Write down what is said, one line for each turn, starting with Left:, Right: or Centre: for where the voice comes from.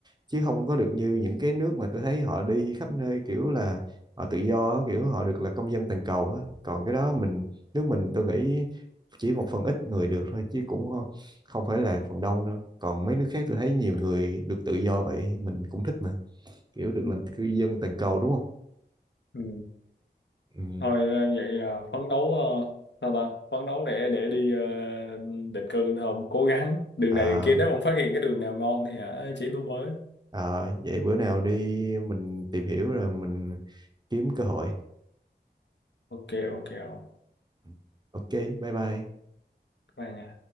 Right: chứ không có được như những cái nước mà tôi thấy họ đi khắp nơi kiểu là họ tự do kiểu họ được là công dân toàn cầu á còn cái đó mình nước mình tôi nghĩ chỉ một phần ít người được thôi chứ cũng ho- không phải là phần đông đâu còn mấy nước khác tôi thấy nhiều người được tự do vậy mình cũng thích mà kiểu được
Left: Ừ.
Right: làm cư dân toàn cầu đúng không
Left: Ừ.
Right: ừ.
Left: thôi ờ, vậy ờ, phấn đấu ờ, sao ta phấn đấu để để đi ờ, định cư thôi ông cố gắng đường
Right: à,
Left: này đường kia nếu ông phát hiện cái đường nào ngon thì hả chỉ tôi với
Right: à, vậy bữa nào đi mình tìm hiểu rồi mình kiếm cơ hội
Left: ok ok không
Right: Ừ. ok bye bye
Left: bye nha